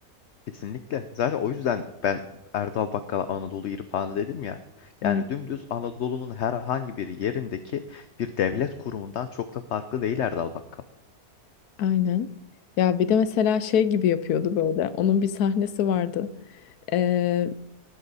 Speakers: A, on the left; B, on the left.
A: Kesinlikle. Zaten o yüzden ben Erdal Bakkal'a Anadolu irfanı dedim ya. Yani
B: Evet.
A: dümdüz Anadolu'nun herhangi bir yerindeki bir devlet kurumundan çok da farklı değil Erdal Bakkal.
B: Aynen. Ya bir de mesela şey gibi yapıyordu böyle. Onun bir sahnesi vardı. Ee,